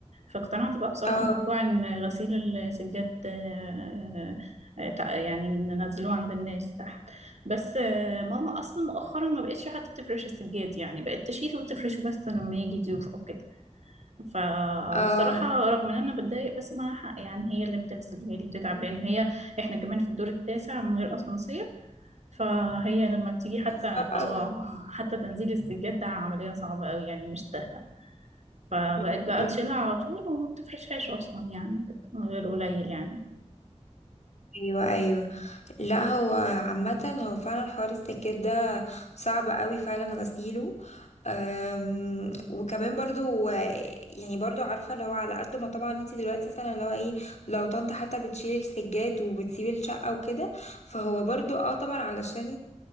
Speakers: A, on the right; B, on the left.
A: فاقتنعت بقى بصراحه
B: اه
A: موضوع ان غسيل السجاد آه، آه، يعني ننزلوه عند الناس تحت بس يعني ماما اصلا مؤخرا ما بقتش حتى تفرش السجاد يعني بقت تشيله وتفرشه بس لما يجي ضيوف او كده ف
B: اه
A: والصراحه رغم ان انا بتضايق بس معاها حق يعني هي اللي بتغسل هي اللي بتتعب لان هي احنا كمان في الدور التاسع من غير اسانسير فهي لما بتيجي حتى
B: صعب
A: اه
B: قوي
A: حتى تنزيل السجاد ده عمليه صعبه قوي يعني مش سهله فبقت
B: م-
A: بقى
B: م-
A: تشيلها على طول وما بتفرشهاش اصلا يعني من غير قليل يعني
B: ايوه ايوه لا هو عامة هو فعلا حوار السكات ده صعب قوي فعلا غسيله أم، وكمان برضو يعني برضو عارفة اللي هو على قد ما طبعا انت دلوقتي مثلا اللي هو ايه لو طنط حتى بتشيل السجاد وبتسيب الشقة وكده فهو برضو اه طبعا علشان